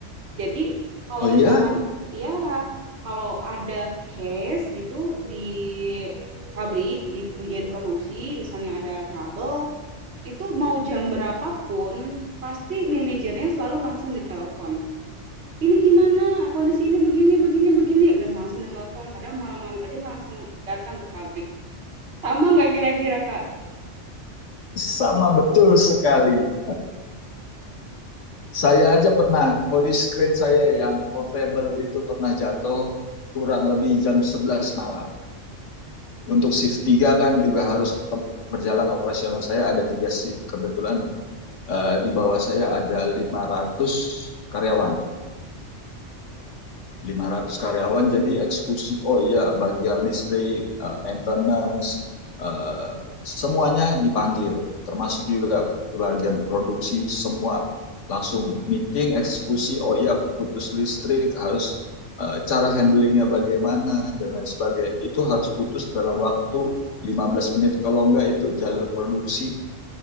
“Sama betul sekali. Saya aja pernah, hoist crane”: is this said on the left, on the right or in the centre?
Left